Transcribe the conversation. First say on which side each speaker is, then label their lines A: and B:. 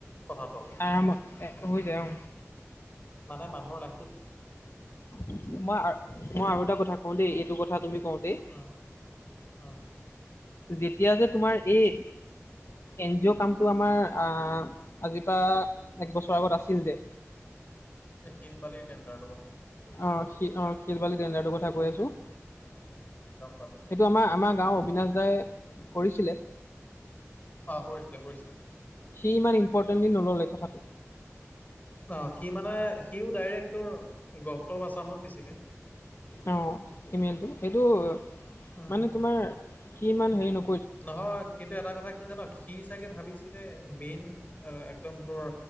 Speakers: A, on the left (about 35°); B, on the left (about 55°).
A: কথাটো।
B: আৰামত হৈ যায় অ।
A: মানে মানুহ লা
B: মই মই আৰু এটা কথা কওঁ দেই এইটো কথা তুমি কওঁটেই
A: উম, উম।
B: যেতিয়া যে তোমাৰ এই এন জি অ' কামতটো আমাৰ আহ আজিৰ পৰা এক বছৰ আগত আছিল যে,
A: এ শিল বালিৰ টণ্ডাৰ।
B: অ অ শি শিল বালি ডেণ্ডাৰ কথা কৈ আছো।
A: উম, উম, গম পালোঁ
B: এটো আমাৰ আমাৰ গাও অবিনাশ দাই কৰিছিলে।
A: অ কৰিছিলে কৰিছিলে।
B: সি ইমান ইম্পৰ্টেণ্টলি নললে কথাটো।
A: অ সি মানে সিও ডাইৰেক্ট তোৰ গপ্তৰ আছামত দিচে।
B: অ ইমেইলটো এইটো
A: উম।
B: মানে তোমাৰ কি ইমান হেৰি ন।
A: নহয় কিন্তু এটা কথা কি জান সি চাগে ভাবিছিলে মেইন একদম তোৰ,